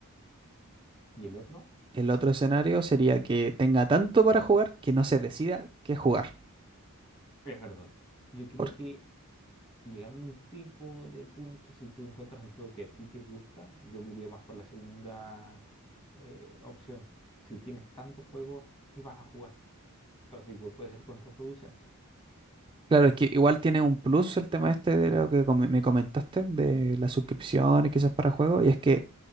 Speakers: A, on the left (about 20°); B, on the right (about 20°).
A: ¿Y el otro?
B: El otro escenario sería que tenga tanto para jugar que no se decida qué jugar.
A: Es verdad. Yo creo
B: Porque,
A: que llegando a un tipo de punto, si tú encuentras un juego que a ti te gusta, yo me iría más por la segunda eh, opción. Si tienes tantos juegos, ¿qué vas a jugar? Entonces, igual puede ser contraproducente.
B: claro, es que igual tiene un plus el tema este de lo que com- me comentaste, de las suscripciones quizás para juegos, y es que